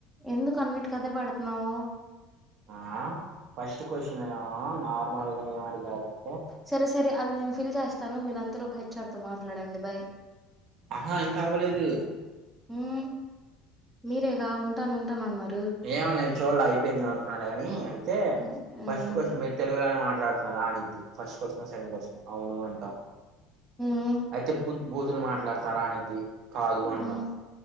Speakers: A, in the centre; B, on the right.
A: ఎందుకు అన్నిటి కదే పెడతన్నావు
B: ఆ ఫస్ట్ క్వశ్చనేమో నార్మల్గా ఏం అడిగారన్
A: సరే సరే అది నేను ఫిల్ చేస్తాను మీరంతలోపు హెచ్ ఆర్ తో మాట్లాడండి బాయ్
B: అహా ఇంకా అవలేదు
A: మ్మ్ మీరేగా ఉంటానున్ టనున్నర్
B: ఏమో నేన్ చూడ్లే అయిపోయిందేమో అనుకున్నాలే గాని అయితే
A: మ్మ్
B: ఫస్ట్ క్వశ్చన్ మీరు తెలుగులోనే మాట్ లాడుతున్నారు ఆనిద్ది ఫస్ట్ క్వశ్న సెకండ్ క్వశ్ననా అవును అంటాం
A: మ్మ్
B: ఐతే పూర్త్ భూతులు మాట్లాడతారా అనిద్ధి కాదు అంటాం
A: మ్మ్